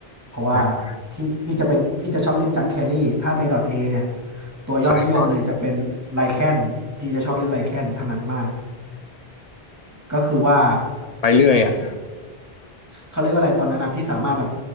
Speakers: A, on the right (about 15°); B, on the left (about 40°).
A: เพราะว่า
B: อ่า
A: พี่พี่จะเป็นพี่จะชอบเล่นจังแครี่ถ้าในดอทเอเนี่ยตัวยอดนิยมเลยจะเป็นไลแคนพี่จะชอบเล่นไลแคนถนัดมาก
B: สายจ้อน
A: ก็คือว่า
B: ไปเรื่อยอ่ะ
A: เขาเรียกว่าอะไรตอนนั้นนะพี่สามารถแบบ